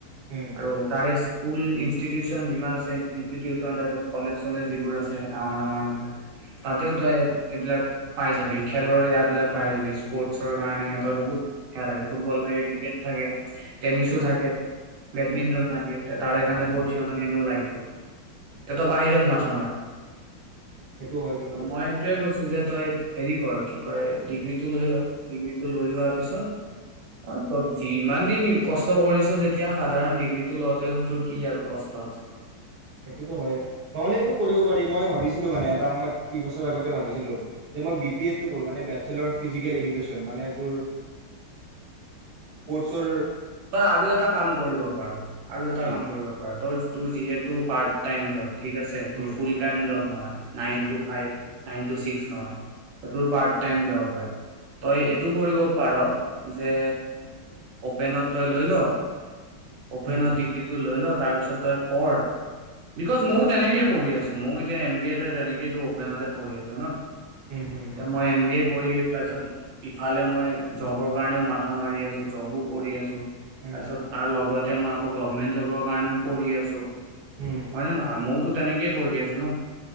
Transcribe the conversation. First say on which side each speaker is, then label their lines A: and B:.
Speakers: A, on the right; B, on the right.
A: উম
B: আৰু তাৰে স্কুল ইনষ্টিটিউচন যিমান আছে ইনষ্টিটিউশন কলেজ যিবোৰ আছে ডাঙৰ ডাঙৰ এইবিলাক তাতেও
A: উম
B: ত‌ই এইবিলাক পাই যাবি খেলৰ এয় বিলাক পাই যাবি স্পৰ্টছৰ কাৰণে সিহঁতৰ বহুত সেয়া থাকে, ফুটবল থাকে, ক্ৰিকেট থাকে টেনিছো থাকে বেডমিন্টন থাকে তে তাৰে কাৰণে
A: উম
B: কস্ট হিহঁত কেনিব লাগে তেঁত বাহিৰত মাথা মাৰ
A: সেইটো হয় কিন্তু
B: অ মই সেইটোয়ে কৈছো যে তই হেৰি কৰ কি কয় ডিগ্ৰীটো লৈ ল, ডিগ্ৰীটো লৈ লোৱাৰ পিছত অ ত যিমান দিন কষ্ট কৰিছ যেতিয়া সাধাৰণ ডিগ্ৰী টো লওঁতে তোৰ কি আৰু কষ্ট আছে
A: সেইটোতো হয়ে নহলে এইটো কৰিব পাৰি মই ভাবিছিলো মানে এটা সময়ত দুই বছৰ আগতে ভাবিছিলোঁ যে মই বি পি এড টো কৰো মান বে ফিজিকেল এডোকেছন, মানে তোৰ পৰ্ছৰ
B: তই আৰু এটা কাম কৰিব পাৰ আৰু এটা
A: কি
B: কাম কৰিব পাৰ তই তোৰ যিহেতু part
A: উম,
B: time
A: um,
B: job nine to six নহয় সেইটো পাৰ্ট টাইম জব হয়। তই এইটো কৰিব পাৰ যে অপেনত তই লৈ ল! অপেনত
A: উম, উম,
B: ডিগ্ৰীটো লৈ ল, তাৰ পিছত তই পঢ়। বিকজ, ময়ো তেনেকেই পঢ়ি আছোঁ। ময়ো এতিয়া এমবিএ তেনেকে সেইটো অপেনতে পঢ়ি আছোঁ ন'।
A: উম, উম,
B: মই এমবিএ কৰি তাৰপিছত ইফালেও মই জবৰ কাৰণেও মাথা মাৰি আছোঁ। জবো কৰি আছোঁ।
A: উম,
B: তাৰপিছত, তাৰ লগ <unintelligible> মই আকৌ <unintelligible> গভৰ্ণমেণ্ট জবৰ কাৰণেও পঢ়ি আছোঁ।
A: উম,
B: হয় নে নহয়, ময়োতো তেনেকেই কৰি আছোঁ ন'।